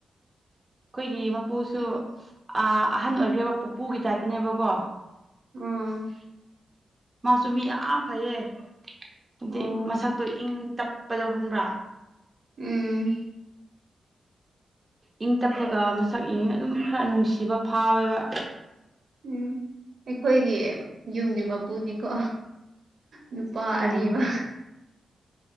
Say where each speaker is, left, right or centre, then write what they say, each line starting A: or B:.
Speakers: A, on the right; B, on the right.
A: ꯑꯩꯈꯣꯏꯒꯤ ꯃꯄꯨꯁꯨ ꯑꯍꯟ ꯑꯣꯏꯈ꯭ꯔꯦꯕ ꯄꯨꯄꯨꯒꯤ ꯇꯥꯏꯞꯇꯅꯦꯕꯀꯣ
B: ꯎꯝ
A: ꯃꯥꯁꯨ ꯃꯤ ꯌꯥꯝ ꯐꯩꯌꯦ ꯍꯥꯏꯗꯤ
B: ꯑꯣ
A: ꯃꯁꯛꯇꯣ ꯏꯪ ꯇꯞꯄꯗꫭ ꯈꯪꯕ꯭ꯔꯥ
B: ꯎꯝ
A: ꯏꯪ ꯇꯞꯄꯒ ꯃꯁꯛ ꯏ ꯑꯗꯨꯝ ꯈꯔ ꯅꯨꯡꯁꯤꯕ ꯐꯥꯎꯋꯦꯕ
B: ꯎꯝ ꯑꯩꯈꯣꯏꯒꯤ ꯌꯨꯝꯒꯤ ꯃꯄꯨꯗꯤꯀꯣ ꯅꯨꯄꯥ
A: ꯎꯝ
B: ꯑꯔꯤꯕ